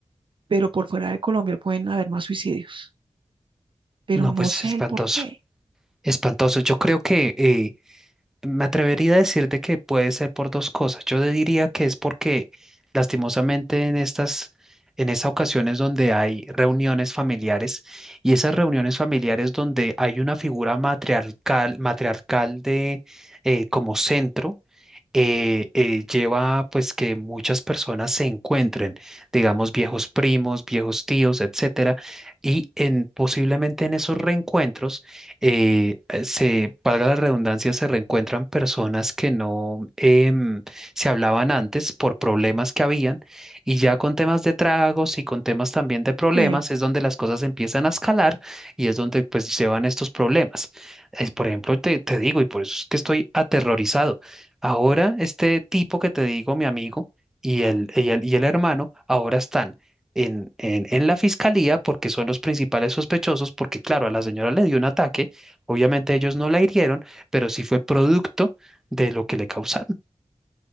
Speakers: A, on the right; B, in the centre.
A: pero por fuera de Colombia pueden haber más suicidios. Pero
B: No,
A: no
B: pues
A: sé
B: espantoso,
A: el porqué.
B: espantoso. Yo creo que eh, Me atrevería a decirte que puede ser por dos cosas. Yo te diría que es porque lastimosamente en estas, en esas ocasiones donde hay reuniones familiares y esas reuniones familiares donde hay una figura matriarcal, matriarcal de eh, como centro eh, eh, lleva pues que muchas personas se encuentren, digamos viejos primos, viejos tíos, etcétera, y en, posiblemente en esos reencuentros, eh, eh, se, valga la redundancia, se reencuentran personas que no em, se hablaban antes por problemas que habían, y ya con temas de tragos y con temas también de problemas
A: Sí.
B: es donde las cosas empiezan a escalar y es donde pues llevan estos problemas. Eh, por ejemplo, te, te digo, y por eso es que estoy aterrorizado. Ahora este tipo que te digo, mi amigo, y el, y el, y el hermano, ahora están en, en, en la fiscalía porque son los principales sospechosos, porque claro, a la señora le dio un ataque, obviamente ellos no la hirieron, pero sí fue producto de lo que le causaron.